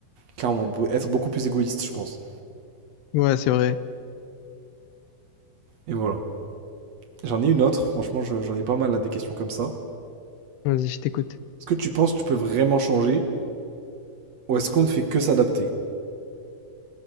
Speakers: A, on the right (about 60°); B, on the left (about 80°).
A: Clairement, be- être beaucoup plus égoïste, je pense.
B: Ouais, c'est vrai.
A: Et voilà. J'en ai une autre, franchement, je- j'en ai pas mal là, des questions comme ça.
B: Vas-y, je t'écoute.
A: Est-ce que tu penses que tu peux vraiment changer, ou est-ce qu'on ne fait que s'adapter?